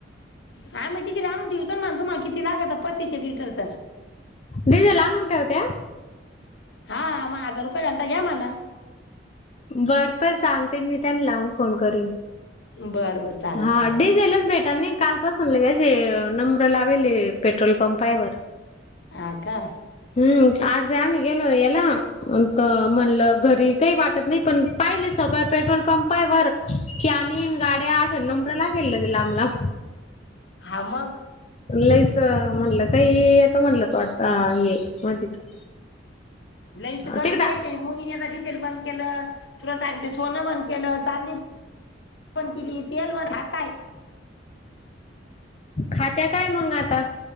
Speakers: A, on the left (about 65°); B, on the left (about 35°).
A: हा मिट्टीची रान होती पण तुम्हा किती लागत पस्तीस एक लिटरचं. <inaudible>
B: डीजेल आनून ठेवत्या
A: हा म हजार रुपय घाल. त घ्या मला.
B: बरं तर सांगते मी त्यांनला लावू फोन करिन.
A: बरं बरं चालेल
B: हा डीझेलच भेट नाई. कालपासून लगे असे नंबर लावेले पेट्रोल पंपायवर.
A: आ का.
B: हम्म आज आमी गेलो येला. म्हणलं घरी काही वाट त नई पण पाहिले सगळ्या पेट्रोल पंपायवर की आनिन गाड्या असा नंब्र लागेल ल लाम लाम.
A: हा मंग.
B: लयच म्हणलं काई येतो म्हणलं. <inaudible>
A: लईच गर्दी
B: तिकडा
A: येते मोदींनी आता डिझेल बंद केलं. तुला सांगते सोनं बंद केलं चांदी पण केली येल <unintelligible> हा काय.
B: खात्या काय मंग आता.